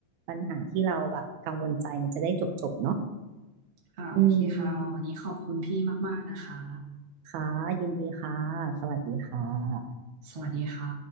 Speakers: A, on the right (about 80°); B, on the right (about 55°).
A: ปัญหาที่เราแบบกังวลใจมันจะได้จบๆเนาะ
B: ค่ะโอเคค่ะวันนี้ขอบคุณพี่มากๆนะคะ
A: อืมค่ะยินดีค่ะสวัสดีค่ะ
B: สวัสดีค่ะ